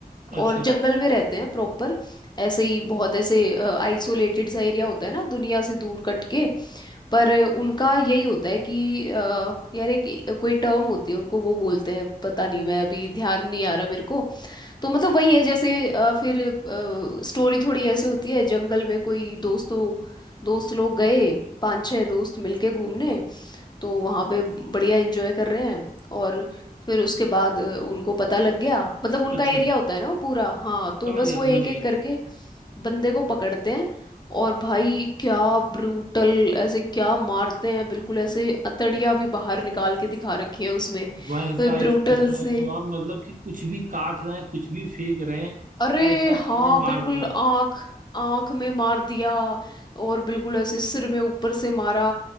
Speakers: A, on the right (about 55°); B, on the left (about 25°).
A: अच्छा
B: और जंगल में रहते हैं प्रॉपर ऐसे ही बहुत ऐसे आइसोलेटेड सा एरिया होता है ना दुनिया से दूर कट के पर उनका यही होता है कि अ, यार एक कोई टर्म होती है उनको वो बोलते हैं पता नहीं मैं अभी ध्यान नहीं आ रहा मेरे को तो मतलब वही है जैसे अ, फिर स्टोरी थोड़ी ऐसे होती है जंगल में कोई दोस्तों दोस्त लोग गए पांच छह दोस्त मिलके घूमने तो वहाँ पे बढ़िया एंजॉय कर रहे हैं और फिर उसके बाद अ, उनको पता लग गया मतलब उनका
A: अच्छा
B: एरिया होता है ना वो पूरा हाँ तो
A: समझ
B: बस
A: गया
B: वो एक
A: समझ गया
B: एक करके बंदे को पकड़ते हैं और भाई क्या ब्रूटल ऐसे क्या मारते हैं बिल्कुल ऐसे अतड़ियाँ भी बाहर निकाल के दिखा रखी हैं उसमें
A: वैसा
B: तो ये ब्रूटल
A: इसको समझ
B: से
A: लो आप मतलब कि कुछ भी काट रहे हैं कुछ भी फेंक रहे हैं
B: अरे
A: ऐसा सीन
B: हाँ
A: है
B: बिल्कुल
A: मार्को में
B: आंख आंख में मार दिया और बिल्कुल ऐसे सिर में ऊपर से मारा